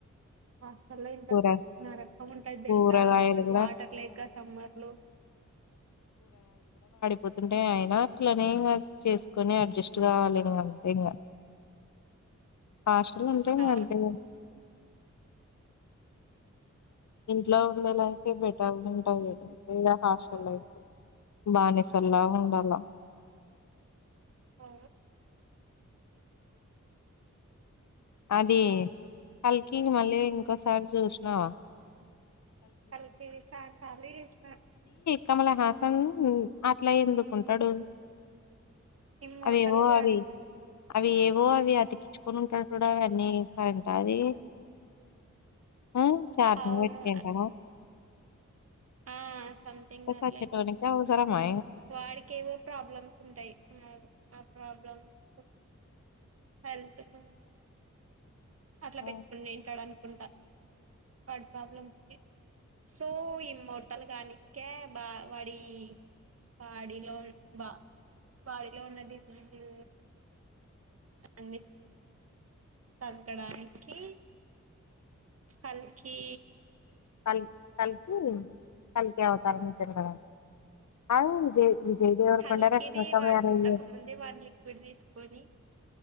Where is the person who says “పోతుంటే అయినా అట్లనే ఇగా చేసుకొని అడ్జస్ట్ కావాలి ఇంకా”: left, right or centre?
Left